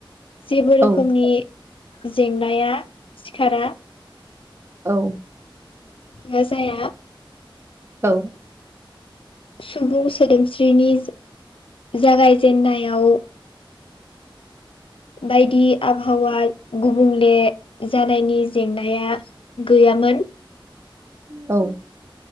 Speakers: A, on the left (about 80°); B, on the right (about 30°).
A: जेबो रोखोमनि
B: औ
A: जेंनाया सिखारा।
B: औ
A: बा जाया
B: औ
A: सुबुं सोदोमस्रिनि जा-जागायजेेनायाव बायदि आबहावा गुबुंले जानायनि जेंनाया गैया यामोन।
B: औ